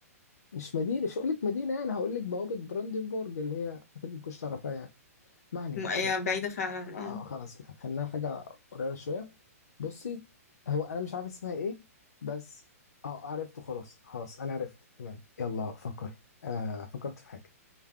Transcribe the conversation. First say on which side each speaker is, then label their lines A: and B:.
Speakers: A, on the left; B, on the left.
A: مش مدينه مش هقول لك مدينه يعني هقول لك بوابه براندنبورج اللي هي اكيد ما تكونش تعرفها يعني ما علينا
B: م- هي بعيده فعلا
A: اه
B: اه
A: خلاص خلينا حاجة قريبة شوية بصي هو أنا مش عارف اسمها إيه بس اه عرفته خلاص خلاص أنا عرفت تمام يلا فكر آه فكرت في حاجة